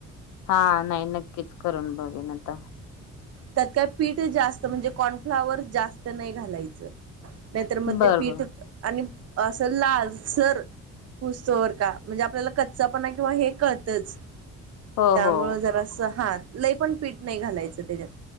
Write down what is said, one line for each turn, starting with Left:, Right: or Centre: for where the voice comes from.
Left: हा. नाही नक्कीच करून बघेन आता.
Right: त्यात काय पीठ जास्त, म्हणजे कॉर्नफ्लाॉवर जास्त नाही घालायचं. नाहीतर मग
Left: बर
Right: ते पीठ,
Left: बर
Right: आणि असं लालसर- हुईस्तोवर का म्हणजे? आपल्याला कच्चा पणा किंवा हे कळतंच.
Left: हो
Right: त्यामुळं
Left: हो
Right: जरासं हा. लय पण पीठ नाही घालायचं त्याच्यात.